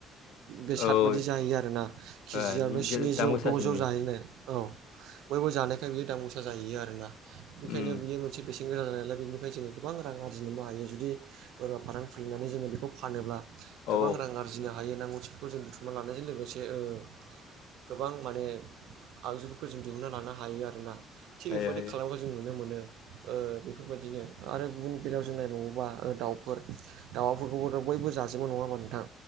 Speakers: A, on the right; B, on the left.
A: बेसाद
B: ओ औ
A: बायदि जायो आरो ना केजियावनो
B: ओ
A: जौ
B: दाम गोसासिनि
A: द' जौ जाहैनो औ ब खौ जानायखाय बियो दा मोसा जाहायो आरोना बेनिखायनो
B: उम
A: बियो मोनसे बेसेन गोसा जानायालाय बेनिफ्राय जोङो गोबां रां आरजिनोबो हायो जुदि बोरमा फाराम खुलिनानै जोङो बेखौ फानोब्ला
B: औ
A: गोबां रां आरजिनो हायो नांगौथिफोरखौ जों बुथुमना लानायजों लोगोसे ओ गोबां माने आगजुफोरखौ जों दिहुनना लानो हायो आरोना थिग
B: हायो
A: बेफोरबायदि
B: हायो
A: खालामोबा जों नुनो मोनो ओ बेफोरबायदिनो आरो गुबुन बेलायाव जों नायबावोबा ओ दाउफोर दाउफोरखौबोथ' बयबो जाजोबो नङा होनबा नोंथां